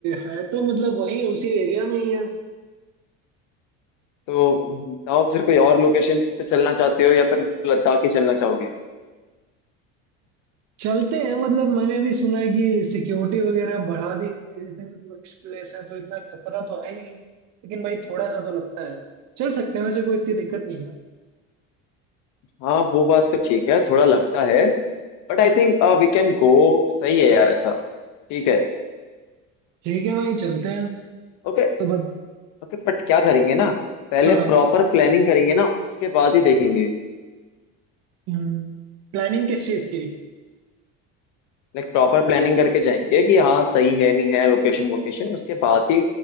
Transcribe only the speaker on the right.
है तो मतलब वही उसी एरिया में ही है
चलते हैं मतलब मैंने भी सुना है कि सिक्योरिटी वगैरह बढ़ा दी गई है जितने भी टूरिस्ट प्लेस हैं तो इतना खतरा तो है नहीं लेकिन भाई थोड़ा सा तो लगता है चल सकते हैं वैसे कोई इतनी दिक्कत नहीं है
ठीक है भाई चलते हैं
तो बस
हाँ
हम्म प्लानिंग किस चीज की